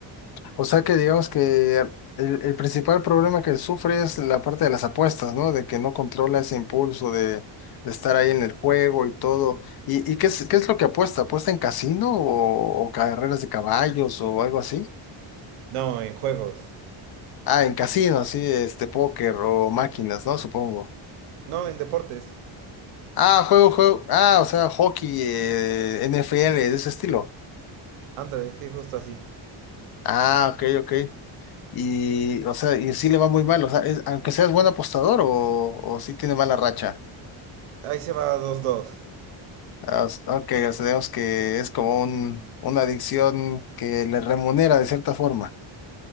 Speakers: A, on the left; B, on the right.
A: O sea que digamos que el, el principal problema que sufre es la parte de las apuestas, ¿no? De que no controla ese impulso de, de estar ahí en el juego y todo. ¿Y, y qué es, qué es lo que apuesta? ¿Apuesta en casino o, o carreras de caballos o algo así?
B: No, en juegos.
A: Ah, en casino, sí, este, póker o máquinas, ¿no? Supongo.
B: No, en deportes.
A: Ah, juego, juego. Ah, o sea, hockey, eh, NFL, de ese estilo.
B: Ándale, sí, justo así.
A: Ah, ok, ok. Y, o sea, y sí le va muy mal, o sea, es- aunque seas buen apostador o, o sí tiene mala racha.
B: Ahí se va dos dos
A: Ah, s- ok, o sea, digamos que es como un, una adicción que le remunera de cierta forma.